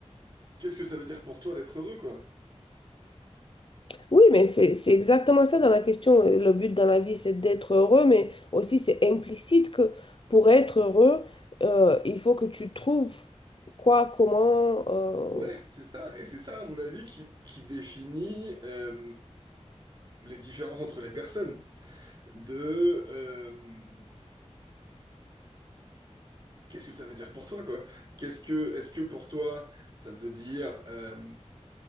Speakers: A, on the right; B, on the left.
A: Qu'est-ce que ça veut dire pour toi d'être heureux, quoi?
B: Oui, mais c'est c'est exactement ça dans la question. Le but dans la vie, c'est d'être heureux, mais aussi c'est implicite que pour être heureux, euh, il faut que tu trouves quoi, comment. euh.
A: Ouais, c'est ça. Et c'est ça, à mon avis, qui, qui définit euh, les différences entre les personnes. de euh, qu'est-ce que ça veut dire pour toi, quoi? Qu'est-ce que, est-ce que pour toi, ça veut dire euh,